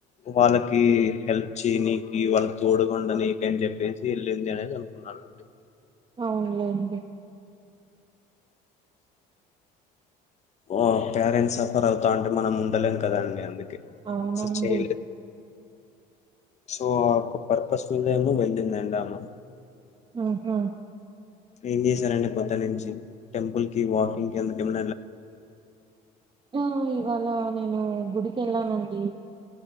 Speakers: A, on the left (about 40°); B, on the right (about 30°).
A: వాళ్ళకీ హెల్ప్ చేయనీకీ వాళ్ళకి తోడగుండా నీకి అని చెప్పేసి వెళ్ళింది అనేది అనుకున్నాండి
B: అవునులేండి
A: ఓ పేరెంట్స్ సఫర్ అవుతావుంటే మనం ఉండలేం కదండి అందుకే
B: అవునండి
A: అసలు చేయలేదు సో ఆ పర్పస్ మీద ఏమో వెళ్ళిందండామ
B: ఊహూ
A: ఏం చేశారండి పోదున్నుంచి టెంపుల్ కి వాకింగ్ కి అందుకు ఎమ్
B: ఆ ఇవాళ నేను గుడికెళ్ళానండి